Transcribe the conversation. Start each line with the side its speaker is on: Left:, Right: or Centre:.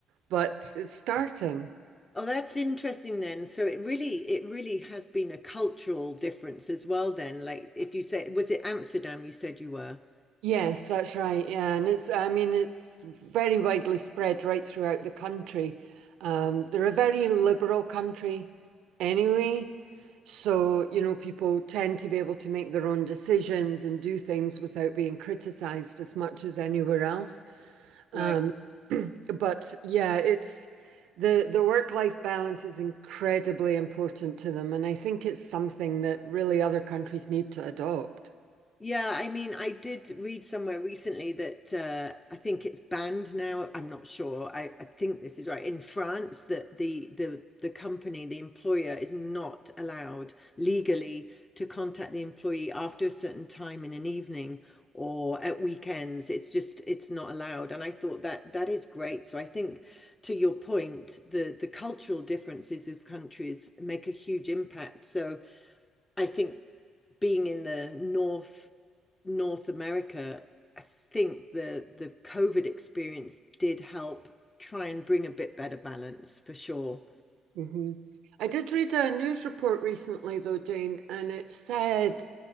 Right: but it's starting.
Left: Oh, that's interesting then. So it really, it really has been a cultural difference as well then. Like if you say, was it Amsterdam you said you were?
Right: Yes, that's right. Yeah, and it's I mean it's very widely spread right throughout the country. Um, they're a very liberal country anyway, so you know people tend to be able to make their own decisions and do things without being criticized as much as anywhere else. Um,
Left: Right.
Right: but yeah, it's the the work-life balance is incredibly important to them, and I think it's something that really other countries need to adopt.
Left: Yeah, I mean, I did read somewhere recently that uh, I think it's banned now. I'm not sure. I, I think this is right. In France, that the the the company, the employer, is not allowed legally to contact the employee after a certain time in an evening or at weekends. It's just it's not allowed. And I thought that that is great. So I think to your point, the the cultural differences of countries make a huge impact. So I think being in the north North America, I think the the COVID experience did help try and bring a bit better balance for sure.
Right: hmm I did read a news report recently, though, Jane, and it said